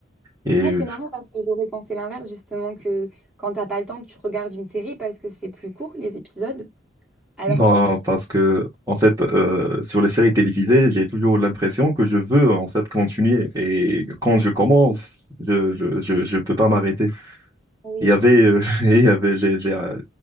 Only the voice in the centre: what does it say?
Ouais, c'est marrant parce que j'aurais pensé l'inverse, justement, que quand t'as pas le temps, tu regardes une série parce que c'est plus court, les épisodes, alors
qu'un film,
oui.